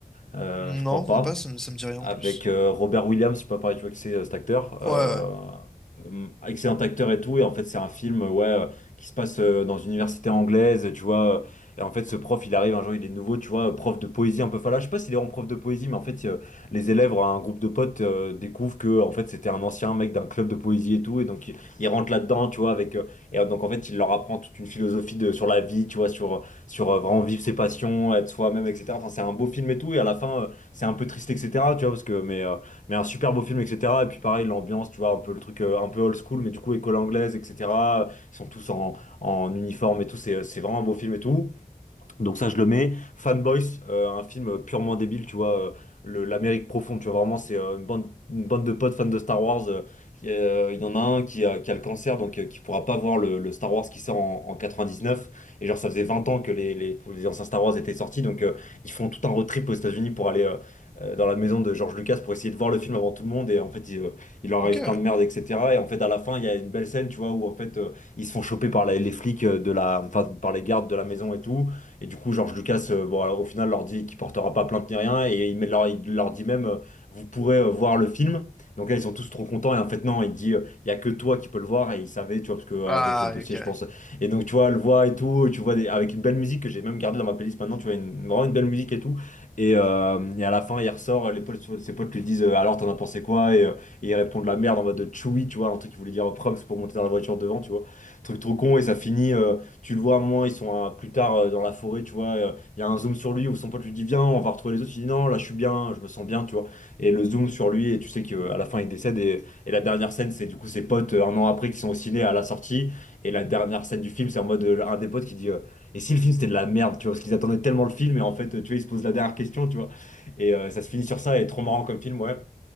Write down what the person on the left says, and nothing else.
Euh,
je crois pas
avec
euh, Robert Williams, je sais pas pareil, tu vois que c'est euh, cet acteur. euh,
euh, excellent acteur et tout. Et en fait, c'est un film euh, ouais, euh, qui se passe euh, dans une université anglaise, tu vois. euh, et en fait, ce prof, il arrive un jour, il est nouveau, tu vois, euh, prof de poésie un peu fala. Je sais pas s'il est en prof de poésie, mais en fait, euh, les élèves, un groupe de potes, euh, découvrent que en fait, c'était un ancien mec d'un club de poésie et tout. Et donc, il, il rentre là-dedans, tu vois, avec. euh, et euh, donc, en fait, il leur apprend toute une philosophie de, sur la vie, tu vois, sur, sur euh, vraiment vivre ses passions, être soi-même, etc. Enfin, c'est un beau film et tout. Et à la fin. euh, c'est un peu triste, etc. Tu vois, parce que, mais, euh, mais un super beau film, etc. Et puis pareil, l'ambiance, tu vois, un peu le truc euh, un peu old school, mais du coup, école anglaise, etc. Ils sont tous en, en uniforme et tout, c'est euh, c'est vraiment un beau film et tout. Donc ça, je le mets. Fanboys, euh, un film purement débile, tu vois, euh, le- l'Amérique profonde, tu vois, vraiment, c'est euh, une bande, une bande de potes fans de Star Wars. euh, qui, euh, il y en a un qui a, qui a le cancer, donc euh, qui pourra pas voir le, le Star Wars qui sort en, en 99. Et genre, ça faisait 20 ans que les, les, les anciens Star Wars étaient sortis, donc euh, ils font tout un road trip aux États-Unis pour aller euh, euh, dans la maison de George Lucas pour essayer de voir le film avant tout le monde. Et en fait, il, euh, il leur
arrive plein de merde, etc. Et en fait, à la fin, il y a une belle scène, tu vois, où en fait, euh, ils se font choper par la- les flics euh, de la, enfin, par les gardes de la maison et tout. Et du coup, George Lucas, euh, bon, alors, au final, leur dit qu'il portera pas plainte ni rien, et il, met- leur, il leur dit même, euh, vous pourrez euh, voir le film. Donc là, ils sont tous trop contents, et en fait, non, il dit, euh, il y a que toi qui peux le voir, et il savait, tu vois, parce que euh,
avec les dossiers,
je pense. Et donc, tu vois, le voit et tout, et tu vois, des- avec une belle musique que j'ai même gardée dans ma playlist maintenant, tu vois, une, vraiment une belle musique et tout. Et, euh, et à la fin, il ressort, les potes, ses potes lui disent, euh, alors, t'en as pensé quoi? Et, euh, et il répond la merde en mode euh, Chewie, tu vois, un truc qu'il voulait dire props pour monter dans la voiture devant, tu vois. Truc trop con, et ça finit. euh, tu le vois à un moment, ils sont euh, plus tard euh, dans la forêt, tu vois, euh, il y a un zoom sur lui où son pote lui dit viens, on va retrouver les autres, il dit non, là je suis bien, je me sens bien, tu vois. Et le zoom sur lui, et tu sais qu'à la fin il décède, et, et la dernière scène, c'est du coup ses potes euh, un an après qui sont au ciné à la sortie, et la dernière scène du film, c'est en mode euh, un des potes qui dit euh, et si le film c'était de la merde, tu vois, parce qu'ils attendaient tellement le film, et en fait, euh, tu vois, ils se posent la dernière question, tu vois. Et euh, ça se finit sur ça, et trop marrant comme film, ouais.